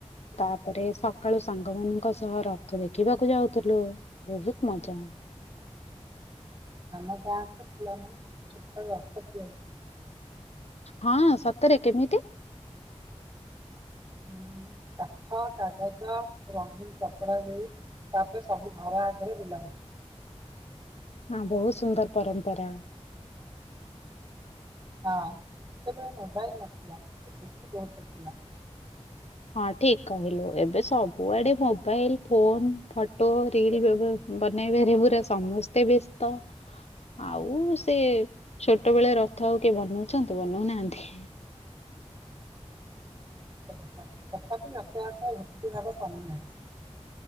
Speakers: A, on the left; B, on the right.
A: ତାପରେ ସକାଳୁ ସାଙ୍ଗ ମାନଙ୍କ ସହ ରଥ ଦେଖିବାକୁ ଯାଉଥୁଲୁ। ବହୁତ୍ ମଜା।
B: ଆମ ଗାଁଙ୍କ ପିଲାମାନେ ଛୋଟ ରଥ ତିଆରି
A: ହଁ ସତରେ କେମିତି?
B: ଉଁ କାଠ କାଗଜ ରଙ୍ଗୀନ କପଡା ଦେଇ ତାପରେ ସବୁ ଘର ଆଗେରେ ବିଲା ହଉ
A: ହଁ ବହୁତ ସୁନ୍ଦର ପରମ୍ପରା।
B: ହଁ ସେତେବେଳେ ମୋବାଇଲ ନଥିଲା କିନ୍ତୁ ଖୁସି ବହୁତ ଥିଲା।
A: ହଁ ଠିକ୍ କହିଲୁ ଏବେ ସବୁଆଡେ ମୋବାଇଲ ଫୋନ୍ ଫଟୋ <unintelligible> ବନେଇବାରେ ପୁରା ସମସ୍ତେ ବ୍ୟସ୍ତ।
B: ହ
A: ଆଉ ସେ ଛୋଟବେଳେ ରଥ ଆଉ କିଏ ବନଉଛନ୍ତି ବନଉନାହାନ୍ତି।
B: <inaudible> ତଥାପି <inaudible> ଭକ୍ତି ଭାବ କମି ନାହି